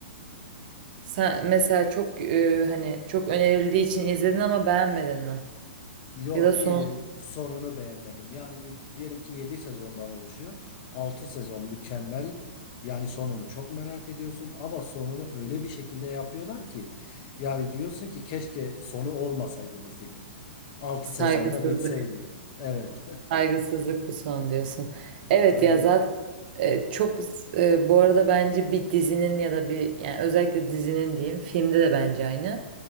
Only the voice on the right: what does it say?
Sen mesela çok e, hani çok önerildiği için izledin ama beğenmedin mi?
Ya da son
saygısızlık.
Saygısızlık bu son diyorsun. Evet
ya zaten e, çok e, bu arada bence bir dizinin ya da bir yani özellikle dizinin diyeyim filmde de bence aynı.